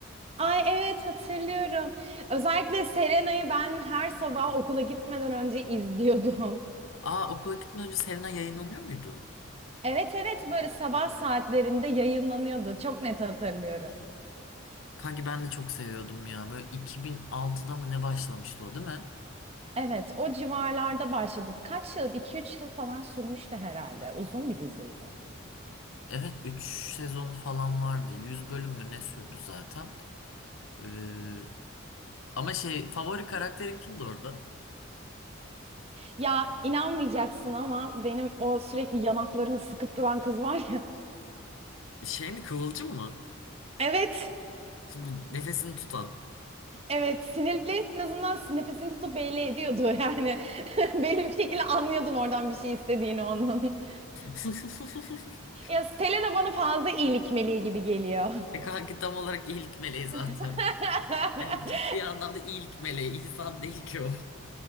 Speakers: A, on the right; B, on the left.
A: Ay evet hatırlıyorum. Özellikle Serena'yı ben her sabah okula gitmeden önce izliyordum. <laughs>
B: Aa okula gitmeden önce Selena yayınlanıyor muydu?
A: Evet evet böyle sabah saatlerinde yayınlanıyordu. Çok net hatırlıyorum.
B: Kanki ben de çok seviyordum ya. Böyle 2006'da mı ne başlamıştı o değil mi?
A: Evet o civarlarda başladım. Kaç yıl? 2 üç yıl falan sürmüştü herhalde. Uzun bir diziydi.
B: Evet 3 sezonu falan vardı. yüz bölüm mü ne sürdü zaten. Ee, ama şey favori karakterin kimdi orada?
A: Ya inanmayacaksın ama benim o sürekli yanaklarını sıkıp duran kız var ya.
B: Şey mi Kıvılcım mı?
A: Evet.
B: Şimdi nefesini tutan.
A: Evet, sinirli en azından nefesini tutup belli ediyordu yani. <laughs> Belli bir şekilde anlıyordun oradan bir şey istediğini onun.
B: <laughs>
A: Ya Selena bana fazla iyilik meleği gibi geliyor.
B: E kanki tam olarak iyilik meleği zaten.
A: <laughs>
B: Hani ciddi anlamda iyilik meleği. insan değil ki o.